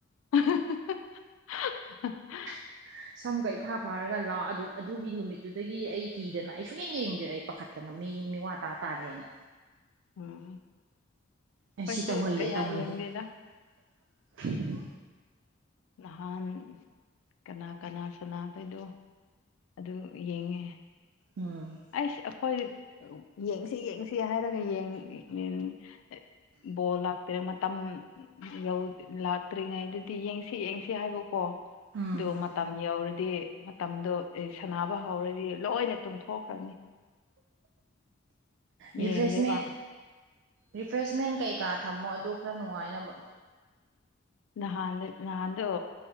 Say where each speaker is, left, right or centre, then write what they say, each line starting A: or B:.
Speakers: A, on the left; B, on the right.
A: <unintelligible>
B: <inaudible> ꯁꯝꯒ ꯏꯐꯥ ꯐꯥꯔꯒ ꯂꯥꯛ ꯑꯗꯨꯒꯤ ꯅꯨꯃꯤꯠꯇꯨꯗꯒꯤ ꯑꯩ ꯀꯤꯗꯅ ꯑꯩ ꯁꯨꯡꯛꯌꯦꯡ ꯌꯦꯡꯗꯦ ꯑꯩ ꯄꯥꯈꯠ꯫ ꯇꯅ ꯃꯤ ꯃꯤ ꯋꯥ ꯇꯥ ꯇꯥꯔꯦꯅ꯫
A: ꯎꯝ
B: ꯑꯦ ꯁꯤ
A: ꯑꯩꯈꯣꯏꯁꯨ
B: ꯇꯧꯍꯩꯗꯦ
A: ꯀꯌꯥ
B: ꯇꯧꯍꯩꯗꯦ
A: ꯌꯦꯡꯗꯦꯗ꯫
B: <inaudible>
A: ꯅꯍꯥꯟ ꯀꯅꯥ ꯀꯅꯥ ꯁꯅꯕꯩꯗꯣ ꯑꯗꯨ꯫ ꯌꯦꯡꯉꯦ꯫
B: ꯎꯝ
A: ꯑꯩꯁ ꯑꯩꯈꯣꯏ ꯌꯦꯡꯁꯤ ꯌꯦꯡꯁꯤ ꯍꯥꯏꯔꯒ꯫ <unintelligible> ꯕꯣꯜ ꯂꯥꯛꯇꯔꯦ ꯃꯇꯝ ꯌꯧ ꯂꯥꯛꯇ꯭ꯔꯤꯉꯩꯗꯨꯗꯤ ꯌꯦꯡꯁꯤ꯫ ꯁꯤ ꯌꯦꯡꯁꯤ ꯍꯥꯏꯕꯀꯣ
B: ꯎꯝ
A: ꯑꯣ ꯃꯇꯝ ꯌꯧꯔꯗꯤ꯫ ꯃꯇꯝꯗꯣ ꯑꯦ ꯁꯥꯟꯅꯕ ꯍꯧꯔꯗꯤ ꯂꯣꯏꯅ ꯇꯨꯝꯊꯣꯛꯈ꯭ꯔꯅꯤ꯫
B: ꯔꯤꯐ꯭ꯔꯦꯁꯃꯦꯟ
A: ꯌꯦꯡꯗꯦꯕ
B: ꯔꯤꯐ꯭ꯔꯦꯁꯃꯦꯟ ꯀꯩꯀꯥ ꯊꯝꯃꯣ ꯑꯗ ꯈꯔ ꯅꯨꯡꯉꯥꯏꯅꯕ꯫
A: ꯅꯍꯥꯟ ꯅꯥꯟꯗꯣ